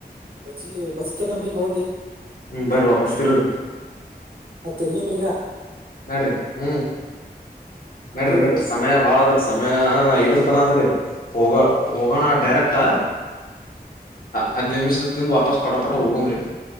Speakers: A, on the right; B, on the left.
A: ಬಜ್ಜಿ ಬಜ್ಜಿತ ನಂಬ್ರಗ್ ಹೋಗಿ
B: ಹ್ಮ್ ಬರ್ರಿ ವಾಪಸ್ ತಿರ್ರಿ
A: ಅ ತಿರ್ಗನ್್ರೀಗ
B: ನಡ್ರಿ ಹ್ಮ್ ನಡ್ರಿ
A: ಅದು
B: ನ ಸಮಯ ಬಾಳದ್ರ ಸಮಯ ಐದ್ರ ತನ ಅ ಆದ್ರಿ ಹೋಗ ಹೋಗೋಣ ಡೈರೆಕ್ಟ ಹದ್ಿನ ನಿಮಿಷದ ತಿಂದು ವಾಪಸ್ ಪಟ ಪಟ ಹೋಗಂಬ್ರಿ